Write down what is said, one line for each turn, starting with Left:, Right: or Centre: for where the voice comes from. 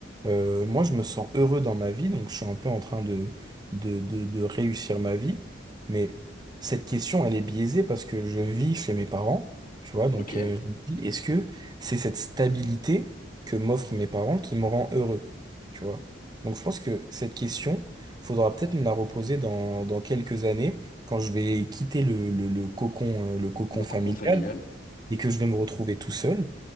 Right: euh, moi, je me sens heureux dans ma vie, donc je suis un peu en train de, de, de, de réussir ma vie, mais cette question, elle est biaisée parce que je vis chez mes parents, tu vois, donc
Left: Ok,
Right: euh, je me dis, est-ce que c'est cette stabilité que m'offrent mes parents qui me rend heureux, tu vois? Donc je pense que cette question, faudra peut-être me la reposer dans, dans quelques années, quand je vais quitter le, le, le cocon, euh, le cocon
Left: le cocon
Right: familial
Left: familial.
Right: et que je vais me retrouver tout seul,